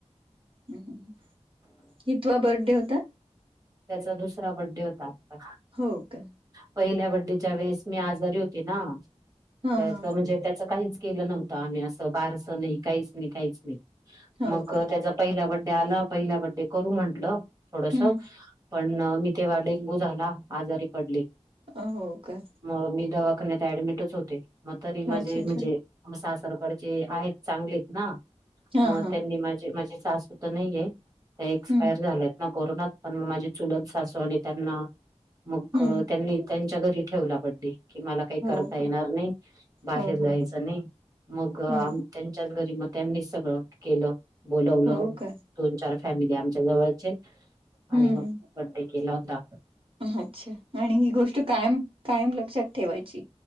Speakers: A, on the right (about 50°); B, on the right (about 30°).
A: हं हं कितवां बर्थडे होतां
B: त्यांचा दुसरां बड्डे होतां आंता
A: हो कां
B: पहिल्या बड्डेच्या वेळेस मी आजांरी होते नां
A: हा
B: तरं
A: हा.
B: म्हणजे त्याचं कांहींच केलं नव्हतं आम्हीं असं बारसं नाहीं कांहींच नाहीं कांहींच नाहीं
A: हो
B: मगं
A: का?
B: त्यांचा पहिला बडडे आंला पहिला बडडे करूं म्हंटलं थोडंसं
A: हम्म.
B: पणं मी तेव्हां डेंग्यू झालां आजांरी पडली
A: अं हो कां
B: मगं मी दवाखान्यांत ऍडमिटच होते मगं तरी माझे
A: अच्छा अच्छा.
B: म्हणजे सासरकडंचे आहेत चांगलेत नां
A: हा
B: मगं
A: हा.
B: त्यांनी माझे माझे सास नाहीे त्यां एक्सपायर
A: हम्म
B: झालेत नां कोरोनांत पणं माझी चुलतं सासू आणि त्यांना मगं
A: हम्म.
B: त्यांनी त्यांच्या घरी ठेवलां बड्डे कि मलां कांहीं
A: हो
B: करतां येणारं
A: का?
B: नाहीं बाहेर
A: हो
B: जायचं
A: हो.
B: नाहीं मगं
A: हं.
B: त्यांच्यांत घरी मगं त्यांनीचं सगळं केलं बोलवलं
A: हो का?
B: दोन चार फॅमिली आमच्या जवळंचे आणि
A: हम्म.
B: मगं बड्डे केलां होतां
A: अच्छा आणि ही गोष्ट कायंम कायंम लक्षांत ठेवांयची